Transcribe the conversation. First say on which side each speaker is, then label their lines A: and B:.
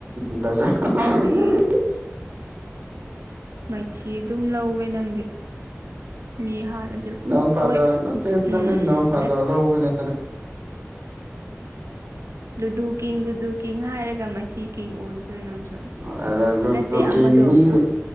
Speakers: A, on the right; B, on the right.
A: <unintelligible>
B: ꯅꯪꯗꯤ ꯃꯥꯏꯊꯤ ꯑꯗꯨꯝ ꯂꯧꯋꯦ ꯅꯪꯗꯤ ꯃꯤ ꯍꯥꯠꯂꯁꯨ
A: ꯅꯣꯡ ꯐꯥꯗꯣꯛ
B: ꯍꯣꯏ
A: ꯅꯠꯇꯦ
B: ꯎꯝ
A: ꯅꯠꯇꯦ ꯅꯣꯡ ꯐꯥꯗꯣꯛ
B: ꯅꯠ
A: ꯂꯧꯕꯅꯦ
B: ꯂꯨꯗꯨ ꯀꯤꯡ ꯂꯨꯗꯨ ꯀꯤꯡ ꯍꯥꯏꯔꯒ ꯃꯥꯏꯊꯤ ꯀꯤꯡ ꯑꯣꯜꯂꯦ ꯔꯦ ꯅꯪꯁꯨ
A: ꯑꯗ ꯂꯨꯗꯣ
B: ꯅꯠꯇꯦ
A: ꯀꯤꯡ
B: ꯑꯃꯗꯣ
A: ꯃꯤ
B: ꯒꯨꯠ